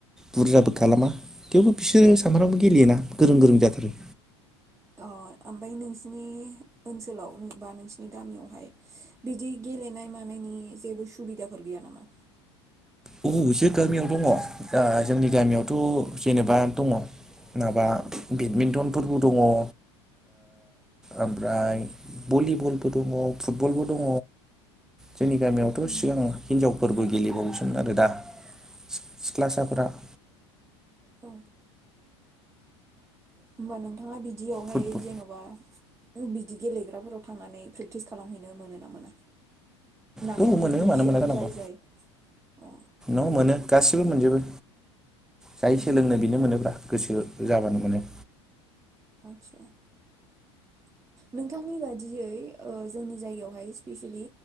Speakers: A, in the centre; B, on the right.
A: बुरजाबो खालामा थेवबो बिसोरो सानफ्रामबो गेलेयोना गोरों गोरों जाथारो।
B: अ ओमफ्राय नोंसिनि ओनसोलाव बा नोंसिरनि गामियावहाय बिदि गेलेनाय मानायनि जेबो सुबिदाफोर गैया नामा?
A: औ जों गामियाव दङ दा जोंनि गामियावथ' जेनेबा दङ माबा बेडमिन्टनफोरबो दङ, ओ ओमफ्राय भलिबलबो दङ, फुटबलबो दङ जोंनि गामियावथ'
B: औ
A: सिगाङाव हिनजाव फोरबो गेलेबावोसो आरो दा सि-सिख्लासाफोरा। <inaudible>
B: औ होमबा नोंथाङा बिदियावहाय
A: फुटबल
B: जेन'बा ग्रुब बिदि गेलेग्राफोराव थांनानै प्रेक्टिस खालामहैनो मोनो ना मोना? ना
A: औ
B: खालि
A: मोनो
B: बिसोर
A: मानो मोना जानांगौ।
B: जाय जाय अ
A: <inaudible> औ मोनो गासिबो मोनजोबो। जाय
B: उम,
A: सोलोंनो बेनो मोनोब्रा। गोसो जाबानो मोनो।
B: आतसा। नोंथांनि बादियै ओ जोंनि जायगायावहाय स्पिसेलि